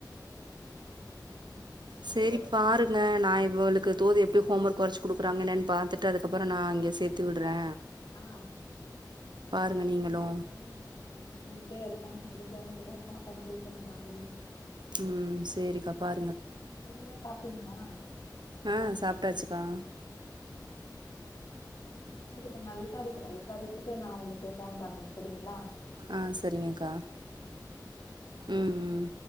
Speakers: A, on the left; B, on the right.
A: உம் சரி பாப்பீங்களா
B: சரி பாருங்க நா இவளுக்கு தோதிப்படி ஹோம் ஒர்க் வரைச்ச கொடுறங்கன்னு பாத்துகிட்டு நான்ங்கே சேர்த்து விடுறே
A: ஆஹ்
B: பாருங்க நீங்களு
A: நானும் பையன எழுப்புன அவன் இன்னு தூங்கி அப்பா இருக்கான் எதுப்ப <unintelligible> சாப்பாடு குடுக்குறேன் காலையில
B: உம் சரிக்கா பாருங்க
A: நீங்க சாப்டீங்களா
B: ஆஹ் சாப்பிட்டாச்சுக்கா
A: சரிப்பா நா விசாரிக்றே விசாரிச்சுட்டு நா உங்களுக்கு போன் பண்றே செரிங்ளா
B: ஆஹ் சரிங்கக்கா ம்ம்